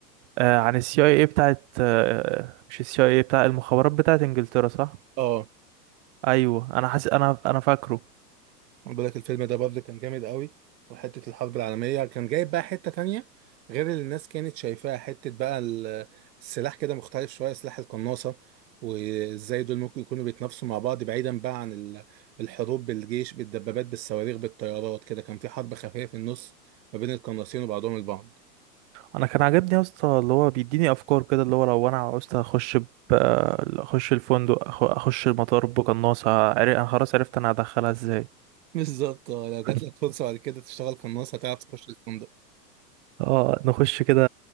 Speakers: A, on the right; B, on the right.
A: آه، عن السي اي اي بتاعت آه، مش السي اي اي بتاع المخابرات بتاعت انجلترا صح
B: اه
A: ايوه انا حاسس انا انا فاكره
B: أنا بقول لك الفيلم ده برضه كان جامد قوي وحتة الحرب العالمية كان جايب بقى حتة تانية غير اللي الناس كانت شايفاها حتة بقى ال- السلاح كده مختلف شوية سلاح القناصة وازاي دول ممكن يكونوا بيتنافسوا مع بعض بعيدا بقى عن ال- الحروب بالجيش بالدبابات بالصواريخ بالطيارات كده كان في حرب خفية في النص ما بين القناصين وبعضهم البعض
A: انا كان عاجبني يا اسطى اللي هو بيديني افكار كده اللي هو لو انا عاوزت اخش ب... آه، اخش الفندق أخ- اخش المطار بقناصة عر- انا خلاص عرفت انا هدخلها ازاي
B: بالظبط اه لو جات
A: <laughs>
B: لك فرصه بعد كده تشتغل قناص هتعرف تخش الفندق
A: اه نخش كده